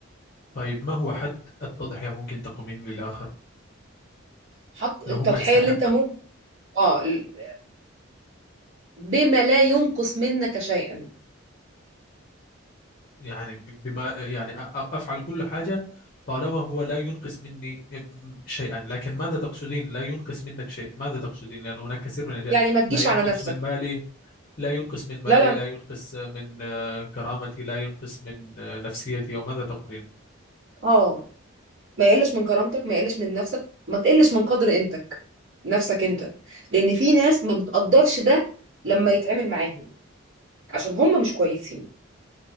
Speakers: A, on the left (about 45°); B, on the right (about 65°).
A: طيب ما هو حد التضحية ممكن تقومين للآخر
B: حط
A: لو
B: التضحيه
A: هو يستحق؟
B: اللي انت ممكن اه ال- بما لا ينقص منك شيئا
A: يعني ب- بما يعني أ- أ- أفعل كل حاجة طالما هو لا ينقص مني شيئا لكن ماذا تقصدين لا ينقص منك شيء ماذا تقصدين لأن هناك كثير من الأشياء
B: يعني ما تجيش
A: لا ينقص
B: على نفسك
A: من مالي لا ينقص من مالي
B: لا لا لا.
A: لا ينقص من آه، كرامتي لا ينقص من آه، نفسيتي وماذا تقولين
B: اه ما يقلش من كرامتك ما يقلش من نفسك ما تقلش من قدر قيمتك نفسك انت لان في ناس ما بتقدرش ده لما يتعامل معاهم عشان هم مش كويسين